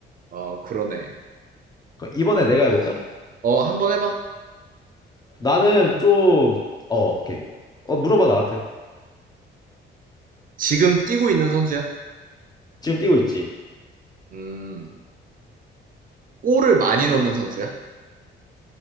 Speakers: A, on the right (about 45°); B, on the left (about 20°).
A: 어, 그러네.
B: 그럼 이번에 내가 해볼까?
A: 어, 한번 해봐.
B: 나는 좀 어, 오케이. 어, 물어봐 나한테.
A: 지금 뛰고 있는 선수야?
B: 지금 뛰고 있지?
A: 음, 골을 많이 넣는 선수야?